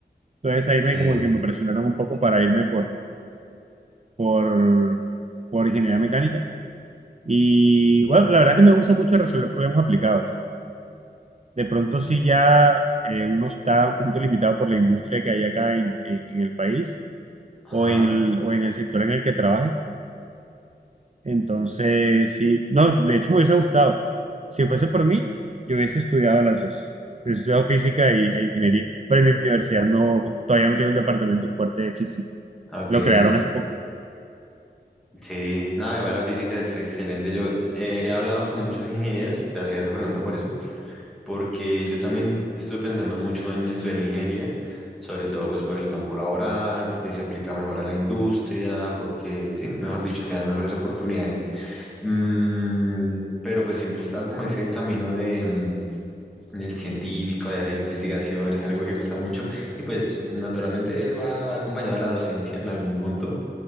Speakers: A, on the right; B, in the centre.
A: Entonces
B: Sí.
A: ahí me como que me presionaron un poco para irme por por, por ingeniería mecánica. Y bueno, la verdad es que me gusta mucho resolver problemas aplicados. De pronto sí ya eh, uno está un poquito limitado por la industria que hay acá en, en- en el país
B: Ajá.
A: o en el, o en el sector en el que trabaje. Entonces sí, no, de hecho me hubiese gustado. Si fuese por mí, yo hubiese estudiado las dos. Hubiese estudiado física y, e ingeniería. Pero en mi universidad no, todavía no tiene un departamento fuerte de física.
B: Ok.
A: Lo crearon hace poco.
B: Sí. No, igual la física es excelente. Yo eh, he hablado con muchos ingenieros, te hacía esa pregunta por eso. porque yo también estuve pensando mucho en estudiar ingeniería, sobre todo pues por el campo laboral, porque se aplica mejor a la industria, porque sí, mejor dicho, te dan mejores oportunidades. Mm, pero pues siempre estaba como ese camino de, mm, del científico, de hacer investigaciones, algo que gusta mucho, y pues naturalmente va, va acompañado a la docencia en algún punto